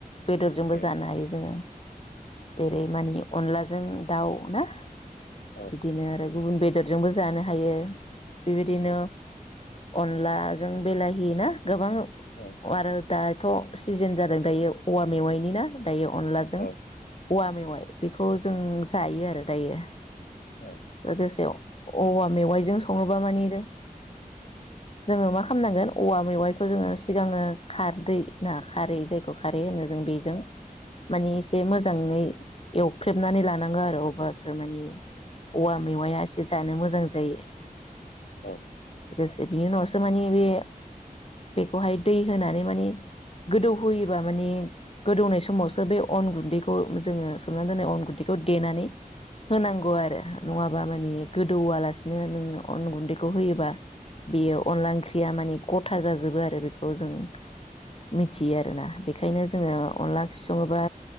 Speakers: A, on the left; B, on the left.
A: बेदरजोंबो
B: उम
A: जानो हायो जोङो जेरै मानि अनलाजों दाउ ना।
B: औ
A: बिदिनो आरो गुबुन बेद दरजोंबो जानो हायो बेबायदिनो अनलाजों बेलाहि ना। गोबां‌
B: औ
A: दाथ' सिजोन जादों दायो औवा मेवाइनि ना। दायो अनलाजों
B: औ
A: औवा मेवाइ‌ बेखौ जों जायो आरो दायो।
B: औ
A: गोदोसेयाव। औवा मेवाइजों सङोबा माने जोङो मा खामनांगोन औवा मेवाइखौ जोङो सिगाङो खारदै ना खारै जायखौ खारै होनो जों बेजों माने एसे मोजाङै एवख्रेबनानै लानांगो आरो अब्लासो माने औवा मेवाइया एसे जानो मोजां जायो।
B: औ
A: लोगोसे बेनि उनावसो माने बे बेखौहाय दै‌ होनानै माने गोदौ होयोबा माने गोदौनाय समावसो बे अन गुन्दैखौ जोङो सोमनानै दोननाय अन गुन्दैखौ देनानै होनांगौ आरो नङाबा माने गोदौवालासिनो नों अन गुन्दैखौ होयोबा बेयो अनला ओंख्रिया माने गथा जाजोबो आरो बेख खौ जों मिथियो आरोना बेखायनो जोङो अनला ओंख्रि सङोबा